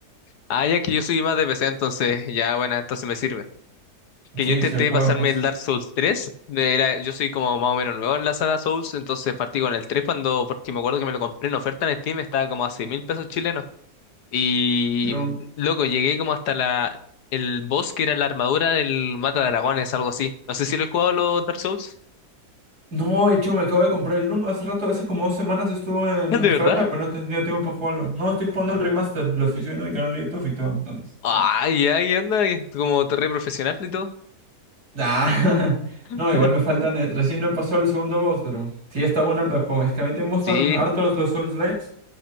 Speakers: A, on the left (about 80°); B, on the right (about 70°).
A: Ah, ya que yo soy más de PC, entonces ya, bueno, entonces me sirve. que
B: Sí,
A: yo intenté
B: sí, el juego
A: pasarme
B: es más.
A: el Dark Souls 3. de- Era, yo soy como más o menos nuevo en la saga Souls, entonces partí con el 3 cuando, porque me acuerdo que me lo compré en oferta en Steam, estaba como a 6 mil pesos chilenos. Y
B: Yo-
A: mm, loco, llegué como hasta la, el boss que era la armadura del Mata Dragones, algo así. No sé si lo he jugado los Dark Souls.
B: No, de hecho, me acabo de comprar el 1. Hace rato, hace como dos semanas estuvo en
A: <laughs>
B: oferta,
A: ¿De verdad?
B: pero no he tenido tiempo para jugarlo. No, estoy jugando el remaster. Lo estoy subiendo a mi canal de YouTube y todo. Entonces,
A: Ay,
B: ahí.
A: ya, ¿qué onda? Como torre profesional y todo.
B: Ah, <laughs>
A: <laughs>
B: no, igual me faltan. eh, Recién no he pasado el segundo boss, pero sí está bueno harto el juego. Es que a mí te gustan
A: Sí,
B: hartos los los Souls-likes.